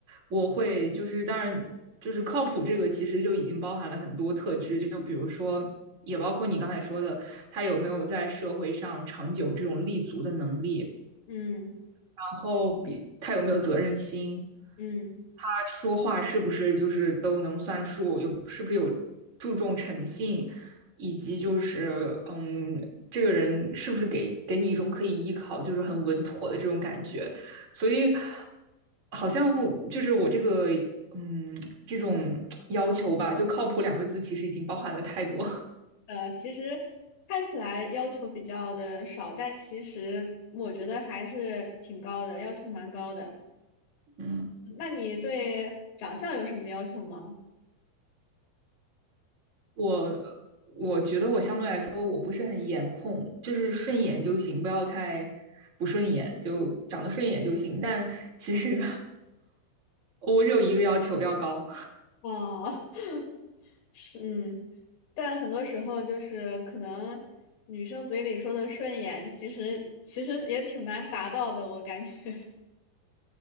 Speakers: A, on the right; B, on the left.
A: 我会就是当然就是靠谱这个，其实就已经包含了很多特质，就比如说也包括你刚才说的，他有没有在社会上长久这种立足的能力。
B: 嗯
A: 然后比他有没有责任心，
B: 嗯，
A: 他说话是不是就是都能算数，有是不是有注重诚信，以及就是嗯，这个人是不是给给你一种可以依靠，就是很稳妥的这种感觉，所以好像就是我这个嗯这种 <tsk> 要求吧，就靠谱两个字其实已经包含了太多，
B: 呃，其实看起来要求比较的少，但其实我觉得还是挺高的，要求蛮高的。
A: <laughs> 嗯。
B: 那你对长相有什么要求吗？
A: 我我觉得我相对来说我不是很颜控，就是顺眼就行，不要太不顺眼，就长得顺眼就行。但其实我只有一个要求，要高，
B: 哦，<laughs> 是，嗯，但很多时候就是可能女生嘴里说的顺眼，其实其实也挺难达到的，我感觉。<laughs>